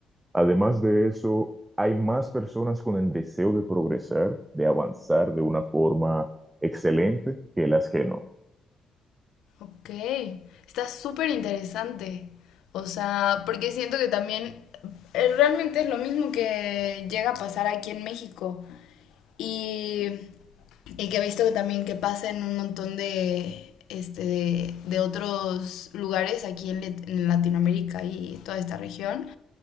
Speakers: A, on the right; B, on the left.
A: Además de eso, hay más personas con el deseo de progresar, de avanzar de una forma excelente que las que no.
B: ok. Está súper interesante. O sea, porque siento que también eh, realmente es lo mismo que llega a pasar aquí en México. Y Y que he visto que también que pasa en un montón de, este, de, de otros lugares aquí en, en Latinoamérica y toda esta región,